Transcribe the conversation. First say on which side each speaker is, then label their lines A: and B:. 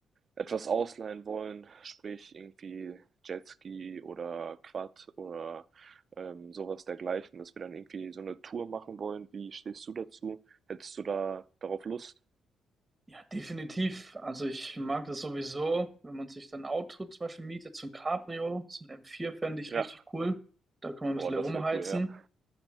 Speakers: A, on the right; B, on the right.
A: etwas ausleihen wollen, sprich irgendwie Jetski oder Quad oder ähm, sowas dergleichen, dass wir dann irgendwie so eine Tour machen wollen. Wie stehst du dazu? Hättest du da darauf Lust?
B: Ja, definitiv. Also ich mag das sowieso, wenn man sich dann ein Auto zum Beispiel mietet, so ein Cabrio, so ein m vier fände ich
A: Ja.
B: richtig cool. Da kann man ein
A: Oh,
B: bisschen
A: das
B: herumheizen.
A: wäre cool, ja.